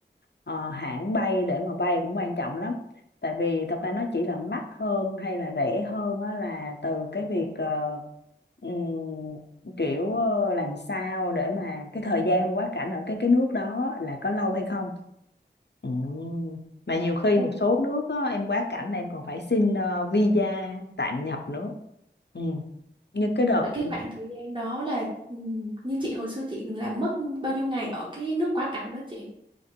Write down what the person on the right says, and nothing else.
Ừ.
Vậy cái khoảng thời gian đó là ừm, như chị hồi xưa chị làm mất bao nhiêu ngày ở cái nước quá cảnh đó chị?